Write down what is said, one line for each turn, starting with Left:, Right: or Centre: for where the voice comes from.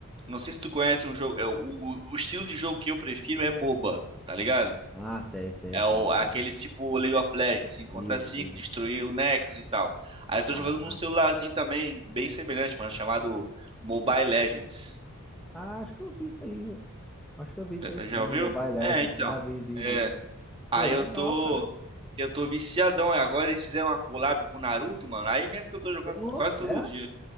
Right: não sei se tu conhece um jogo. é, o, o- o estilo de jogo que eu prefiro é MOBA, tá ligado?
Centre: Ah, sei, sei,
Right: É
Centre: sei,
Right: o, aqueles
Centre: sei.
Right: tipo League of Legends, 5
Centre: Isso,
Right: contra 5,
Centre: isso.
Right: destruir o Nexus e tal. Aí eu
Centre: Caraca.
Right: tô jogando num celularzinho também, bem semelhante, mano, chamado Mobile Legends.
Centre: Ah, acho que eu vi isso aí. Acho que eu vi isso aí
Right: Já
Centre: sim.
Right: já ouviu?
Centre: Mobile Legends.
Right: É, então.
Centre: Já vi, vi,
Right: É.
Centre: vi.
Right: Aí
Centre: Pô, legal,
Right: eu tô.
Centre: cara.
Right: Eu tô viciadão. E agora eles fizeram uma collab com o Naruto, mano. Aí mesmo que eu tô jogando
Centre: Ô,
Right: quase todo
Centre: é?
Right: dia.